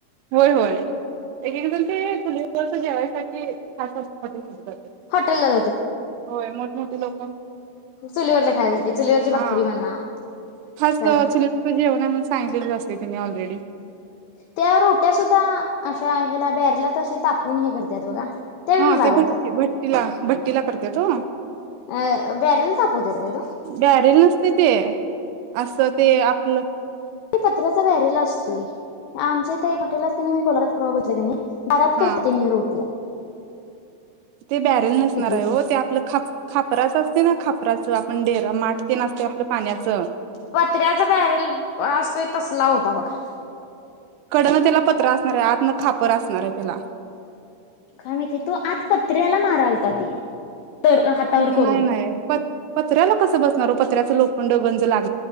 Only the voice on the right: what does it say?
होय होय एक एक जण ते फु जेवाय सा ते खत असत्यात हॉटेलचं
होय मग. मोठे पप्पा.
हा
खास
चुलीवरच जेवण आहे म्हणून सांगितलेलंच असते तिने ऑलरेडी
हा
ते
भट्टी भट्टीला भट्टीला करत्यात हो.
बॅरेल नसतय ते असं ते आपलं
हा
ते बॅरेल नसणार आहे
हो ते आपलं खाच खापराच असते ना खापराचं आपण डेरा माठ तेन असते आपलं पाण्याचं
कडनं त्याला पत्रा असणार आहे आतन खापर असणार आहे त्याला
हा हा
नाही नाही प पतऱ्याला कस बसणार ओ प पत्र्याचं लोखंड गंज लागत.